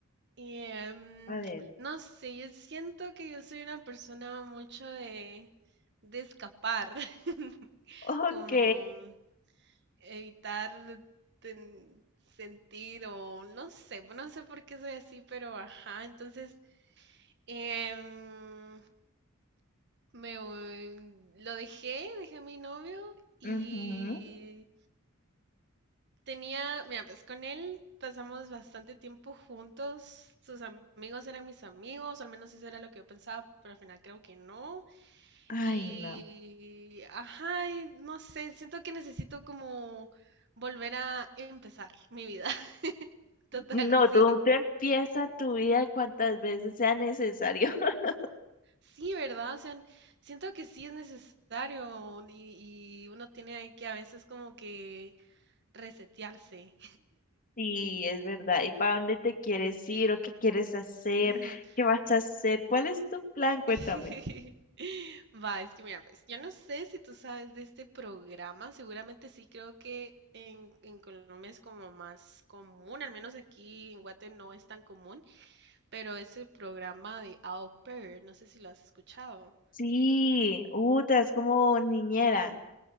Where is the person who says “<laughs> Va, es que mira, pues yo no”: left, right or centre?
Right